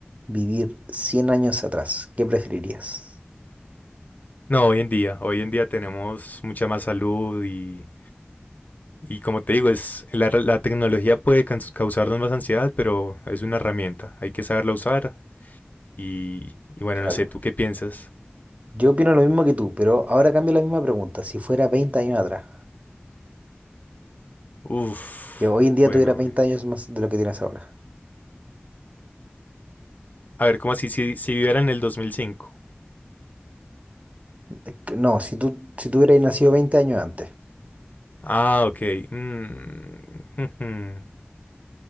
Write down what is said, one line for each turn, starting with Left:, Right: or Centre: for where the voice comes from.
Right: vivir 100 años atrás, ¿qué preferirías?
Left: no, hoy en día, hoy en día tenemos mucha más salud y Y como te digo, es, la, la tecnología puede cans- causarnos más ansiedad, pero es una herramienta, hay que saberla usar. Y, y bueno,
Right: Claro.
Left: no sé, ¿tú qué piensas?
Right: Yo opino lo mismo que tú, pero ahora cambio la misma pregunta. Si fuera 20 años atrás,
Left: Uf,
Right: que hoy en día
Left: bueno,
Right: tuvieras 20
Left: eh.
Right: años más de lo que tienes ahora.
Left: a ver, ¿cómo así? Si, si viviera en el 2005.
Right: De que- No, si tú, si tú hubieras nacido veinte años antes.
Left: Ah, ok. mm, <laughs> ujú.